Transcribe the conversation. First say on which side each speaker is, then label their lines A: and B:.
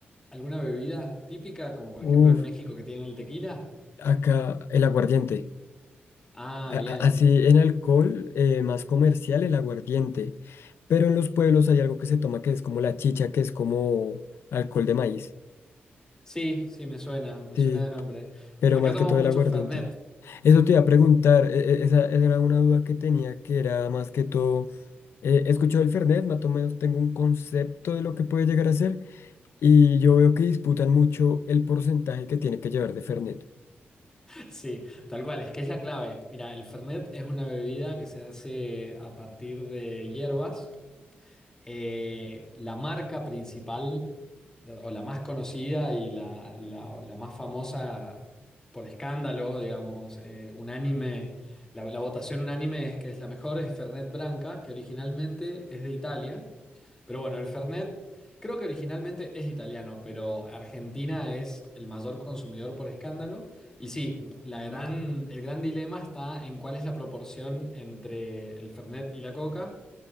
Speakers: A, on the left; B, on the left.
A: alguna bebida típica, como por
B: uf.
A: ejemplo en México que tienen el tequila?
B: Acá el aguardiente.
A: Ah,
B: A- a-
A: bien.
B: Así en alcohol eh, más comercial el aguardiente. Pero en los pueblos hay algo que se toma que es como la chicha, que es como alcohol de maíz.
A: Sí, sí, me suena, me
B: Sí,
A: suena de nombre.
B: pero
A: Acá
B: más
A: tomamos
B: que todo el
A: mucho
B: aguardiente.
A: Fernet.
B: Eso te iba a preguntar, e- e- esa, esa era una duda que tenía, que era más que todo, eh, he escuchado el Fernet, más o menos tengo un concepto de lo que puede llegar a ser, y yo veo que disputan mucho el porcentaje que tiene que llevar de Fernet.
A: Sí, tal cual, es que es la clave. Mira, el Fernet es una bebida que se hace a partir de hierbas. Eh, la marca principal, o la más conocida y la, la- la más famosa por escándalo, digamos, eh, unánime, la, la votación unánime es que es la mejor, es Fernet Branca, que originalmente es de Italia. Pero bueno, el Fernet creo que originalmente es italiano, pero Argentina es el mayor consumidor por escándalo. Y sí, la gran, el gran dilema está en cuál es la proporción entre el Fernet y la Coca.